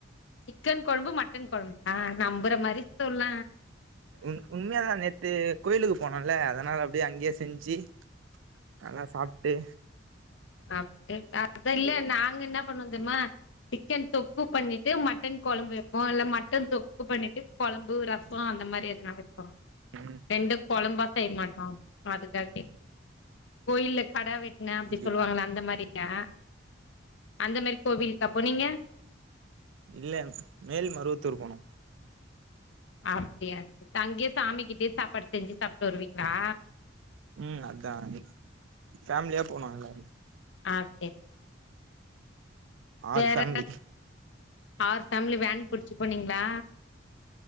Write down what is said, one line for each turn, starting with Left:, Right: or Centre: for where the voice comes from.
Left: சிக்கன் கொழம்பு மட்டன் கொழம்பா நம்பற மாரி சொல்ல
Right: ம் உண்மயாதா நேத்து கோயிலுக்கு போனோல அதனால அப்டியே அங்கயே செஞ்சு நல்லா சாப்புட்டு
Left: சாப்புட்டு அ அத இல்ல நாங்க என்ன பண்ணுவோ தெரியுமா சிக்கன் தொக்கு பண்ணி ட்டு மட்டன் கொழம்பு வெப்போ இல்ல மட்டன் தொக்கு பண்ணிட்டு கொழம்பு ரசோ அந்த மாரி எதனா வெப்போ
Right: ம்
Left: ரெண்டு கொழம்பா செய்ய மாட்டோ அதுக்கு தா கேட்ட கோயில்ல கடா வெட்டன அப்டி
Right: அப்டியா
Left: சொல்லுவாங்களா அந்த மாரியா அந்த மாரி கோவில்க்காப்போனீங்க
Right: இல்ல மேல் மருவத்தூர் போனோ
Left: அப்டியா சேர் அங்கயே சாமி கிட்டேயே சாப்பாடு செஞ்சு சாப்ட்டு வருவீங்ளா
Right: ம் அதா அண்ணி ஃபேமிலியா போனு எல்லாரு
Left: ஆ சேரி
Right: ஆறு
Left: வேற
Right: ஃபேமிலி
Left: ஆரு ஃபேமிலி வேன் புடிச்சு போனீங்ளா